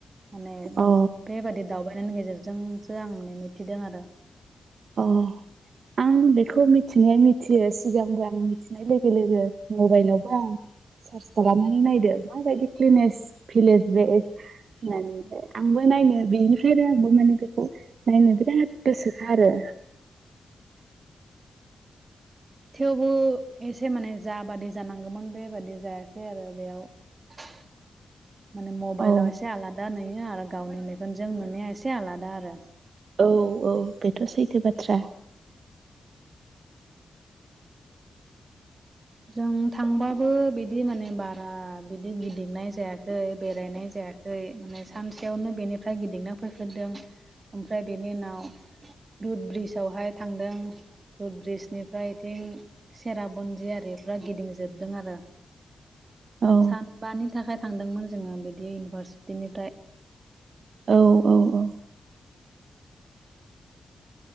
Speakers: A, on the right; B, on the right.
A: माने
B: अ
A: बेबादि दावबायनायनि गेजेरजोंसो आं माने मिथिदों आरो
B: अ आं बेखौ मिथिनाया मिथियो सिगांबो आं मिथि नाय लोगो लोगो मबाइलावबो आं सार्च खालामनानै नायदो माबायदि क्लिनेस भिलेस जे होननानैहाय आंबो नायनो बेनिफ्राय आरो आंबो माने बेखौ नायनो बिराद गोसोखा आरो
A: थेवबो एसे माने जा बादि जानांगौमोन बेबादि जायाखै आरो बेयाव <inaudible> माने मबाइलाव
B: औ
A: एसे आलादा नुयो आरो गावनि मेगनजों नुनाया एसे आलादा आरो
B: औ औ बेथ' सैथो बाथ्रा
A: जों थांबाबो बिदि माने बारा बिदि गिदिंनाय जायाखै बेरायनाय जायाखै खै माने सानसेयावनो बेनिफ्राय गिदिंना फैफोदों ओमफ्राय बेनि उनाव बे ब्रिजावहाय थांदों बे ब्रिजनिफ्राय इथिं सेराबन्जियारिफ्राव गिदिंजोबदों आरो
B: औ
A: सानबानि थाखाय थांदोंमोन जोङो बिदि इउनिभारसिटिनिफ्राय
B: औ औ औ